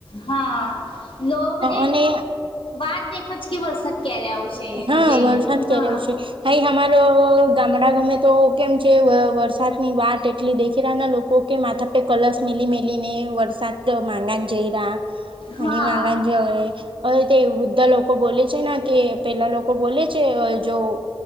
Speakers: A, on the left; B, on the right.
A: હા લો મ
B: અને
A: વાત દેખ જ કે વરસાદ ક્યારે આવશે. મજે
B: હા વરસાદ
A: એમ હા
B: કર રહ્યો છે. હાઈ, અમારો ગામડા ગમે તો કેમ છે? વરસાદની વાત એટલી દેખી રહ્યાના લોકો ઓકે, માથા પે કલર્સ મેલી-મેલી ને વરસાદ માગ જઈ રહ્યા. પાણી
A: હા
B: માંગણ છે હવે. તે વૃદ્ધા લોકો બોલે છે ને કે પહેલાં લોકો બોલે છે, જો